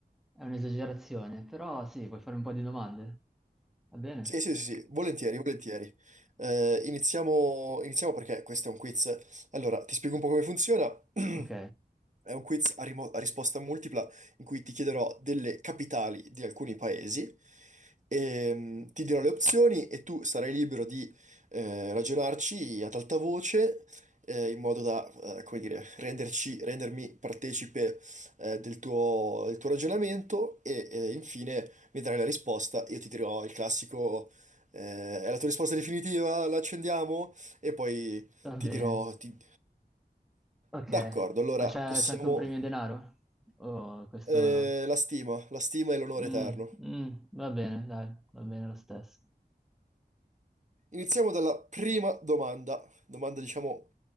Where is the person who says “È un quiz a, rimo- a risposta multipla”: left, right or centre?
Right